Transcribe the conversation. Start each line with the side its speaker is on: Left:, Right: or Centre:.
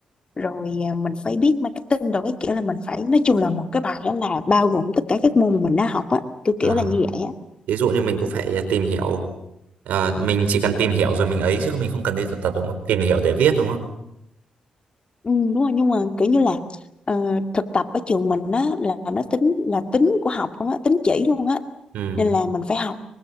Left: rồi à, mình phải biết marketing rồi cái kiểu là mình phải nói chung là một cái bài đó là bao gồm tất cả các môn mà mình đã học á kiểu kiểu
Right: ờ.
Left: là như vậy á
Right: Thí dụ như mình cũng phải tìm hiểu. Ờ, mình chỉ cần tìm hiểu rồi mình ấy chứ mình không cần đi thực tập đúng không? Tìm hiểu để viết đúng không?
Left: Ừ, đúng rồi nhưng mà kiểu như là ờ, thực tập ở trường mình á là nó tính là tính của học luôn á tính chỉ luôn á
Right: Ừ.
Left: nên là mình phải học